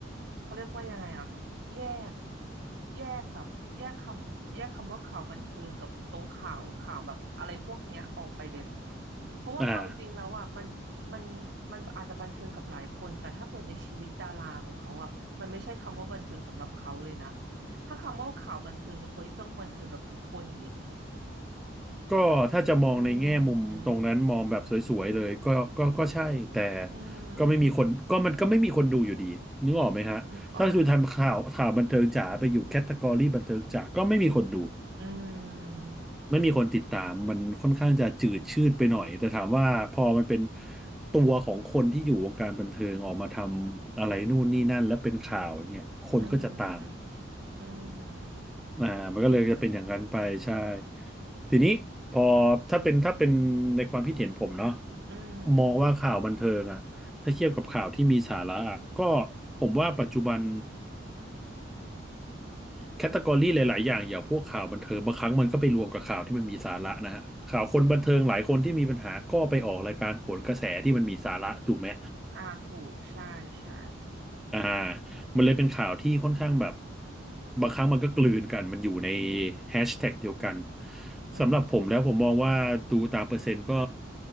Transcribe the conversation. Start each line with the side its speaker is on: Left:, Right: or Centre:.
Right: เขาเรียกว่ายังไงอะแยกแยกแบบแยกคำแยกคำว่าข่าวบันเทิงกับตรงข่าวข่าวแบบอะไรพวกเนี้ยออกไปเลย เพราะว่าเอาจริงๆแล้วอ่ะมันมันมันอาจจะบันเทิงกับหลายคนแต่ถ้าเปิดในชีวิตดาราของเขาอ่ะมันไม่ใช่คำว่าบันเทิงสำหรับเขาเลยนะ
Centre: อ่า
Right: ถ้าคำว่าข่าวบันเทิงมันควรที่ต้องบันเทิงกับทุกคนดิ
Centre: ก็ถ้าจะมองในแง่มุมตรงนั้นมองแบบสวยๆเลยก็ก็ก็ใช่แต่
Right: อืมอืม
Centre: ก็ไม่มีคนก็มันก็ไม่มีคนดูอยู่ดีนึกออกไหมฮะถ้าคุณทำข่าวข่าวบันเทิงจ๋าไปอยู่แคตตากรีบันเทิงจ๋าก็ไม่มีคนดู
Right: นึกออกอืม
Centre: ไม่มีคนติดตามมันค่อนข้างจะจืดชืดไปหน่อยแต่ถามว่าพอมันเป็นตัวของคนที่อยู่วงการบันเทิงออกมาทำอะไรนู่นนี่นั่นแล้วเป็นข่าวอย่างเงี้ยคนก็จะตาม
Right: อืมอืมก็จริง
Centre: อ่ามันก็เลยจะเป็นอย่างนั้นไปใช่ทีนี้พอถ้าเป็นถ้าเป็นในความคิดเห็นผมเนาะ
Right: อืม
Centre: มองว่าข่าวบันเทิงอะถ้าเทียบกับข่าวที่มีสาระอะก็ผมว่าปัจจุบันแคตตากรีหลายๆ อย่างอย่างพวกข่าวบันเทิงบางครั้งมันก็ไปรวมกับข่าวที่มันมีสาระนะฮะข่าวคนบันเทิงหลายคนที่มีปัญหาก็ไปออกรายการโหนกระแสที่มันมีสาระถูกไหม
Right: อ่าถูกใช่ใช่
Centre: อ่ามันเลยเป็นข่าวที่ค่อนข้างแบบบางครั้งมันก็กลืนกันมันอยู่ในแฮชแท็กเดียวกัน
Right: อืม
Centre: สำหรับผมแล้วผมมองว่าดูตามเปอร์เซ็นต์ก็